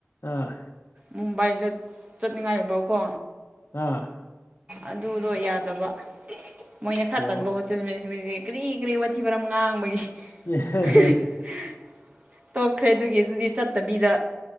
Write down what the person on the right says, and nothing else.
ꯃꯨꯝꯕꯥꯏꯗ ꯆꯠꯅꯤꯡꯉꯥꯏꯕꯧꯀꯣ
ꯑꯗꯨꯗꯣ ꯌꯥꯗꯕ ꯃꯣꯏꯅ ꯈꯔ
ꯇꯟꯕ
ꯍꯣꯇꯦꯜ ꯃꯦꯅꯦꯖꯃꯦꯟꯖꯦ ꯀ꯭ꯔꯤ ꯀ꯭ꯔꯤ ꯋꯩꯩ ꯋꯥꯊꯤ ꯋꯥꯔꯝ ꯉꯥꯡꯕꯒꯤ
<unintelligible> ꯇꯣꯛꯈ꯭ꯔꯦ ꯑꯗꯨꯒꯤ ꯑꯗꯨꯗꯤ ꯆꯠ ꯇꯕꯤꯗ